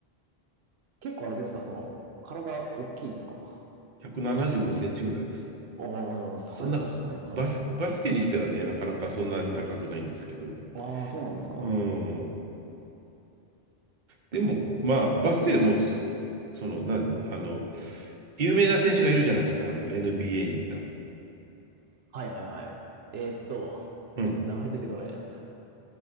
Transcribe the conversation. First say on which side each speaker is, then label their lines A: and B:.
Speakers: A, on the right (about 75°); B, on the right (about 50°).
A: 結構あれですかその、体大きいんですか
B: 175センチぐらいです。
A: ああ、じゃあ高い方ですよね、
B: そんな、
A: かなり。
B: バス、バスケにしてはね、なかなかそんなに高くないんですけど。
A: ああ、そうなんですか。
B: うん。
A: は
B: でも、まあ、バスケでも、その、何、あの、有名な選手がいるじゃないですか、あの、NBA に行った。
A: いはいはい。えーっと、
B: うん。
A: ちょっと名前出てこないな。